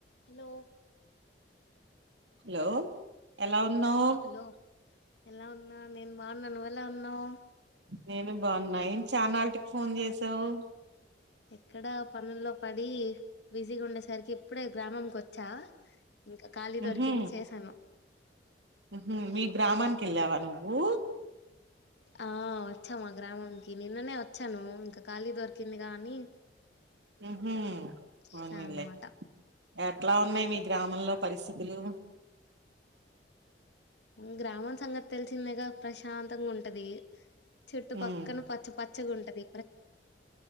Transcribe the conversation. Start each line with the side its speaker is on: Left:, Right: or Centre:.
Left: Hello
Right: hello ఎలా ఉన్నావు
Left: ఆ హలో ఎలా ఉన్నా నేను బాగున్నా నువ్వెలా ఉన్నావ్
Right: నేను బాగున్నా ఏం చల్నాటికి ఫోన్ చేసావు
Left: ఎక్కడా పనుల్లో పడి బిజీగా ఉండేసరికి ఇప్పుడే గ్రామకి వ చ్చా ఇంకా ఖాళీ
Right: ఉహు
Left: దొరికింది చేసాను
Right: ఉహు మి గ్రామానికెళ్ళావ నువ్వూ.
Left: ఆ వచ్చా మా గ్రామంకి నిన్ననే వచ్చాను ఇంక దొరికింది గాని
Right: ఉహూ
Left: చేసా
Right: పోనిలె
Left: అనమాట
Right: ఎట్లా ఉన్నాయ్ మి గ్రామంలొ పరిసిత్ హలో
Left: ఉమ్ గ్రామం సంగత్తెల్సిందెగా ప్రశాంతంగూంటది చెట్టు పక్కన
Right: ఉమ్
Left: పచ్చ పచ్చగుంటది